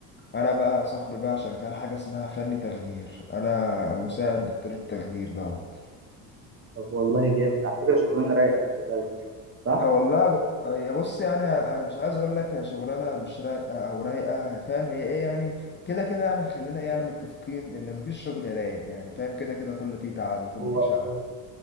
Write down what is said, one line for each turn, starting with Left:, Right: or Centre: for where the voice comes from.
Left: انا بقى يا صاحبي بقى شغال حاجه اسمها فن تخدير انا مساعد دكتور التخدير دوت
Right: طب والله جامد على فكره شغلانه رايقه خلي بالك صح
Left: اه والله ب- آه، يا بص يعني آه، انا مش عايز اقول لك يا شغلانه مش رايقه او رايقه فاهم هي ايه يعني كده كده يعني خلينا ايه يعني متفقين ان مفيش شغل رايق يعني فاهم كده كده كله فيه تعب وكله
Right: هو
Left: فيه
Right: هو
Left: شقه